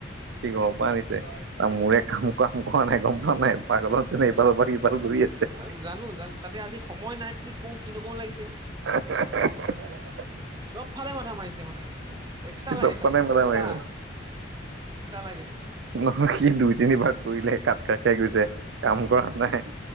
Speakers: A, on the right; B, on the right.
A: সি ঘৰৰ পৰা আনিছে, ত মোৰে কাম কাম কৰা নাই, গম পোৱা নাই, পাকঘৰ ন পালৰ পাকী পাল ঘূৰি আছে।
B: আৰু জানো জানো। তাতে আজি সময় নাই কি কৰো কি নকৰো লাগিছে।
A: <unintelligible>
B: চব ফালে মাথা মাৰিছে মানে, পইচা
A: সি চব
B: লাগে
A: ফালে
B: খালি
A: মাথা
B: পইচা।
A: মাৰি আছে
B: পইচা লাগে।
A: নহয় সি দুই তিনিবাৰ কৰিলে কাত ক খে গৈছে, কাম কৰা নাই।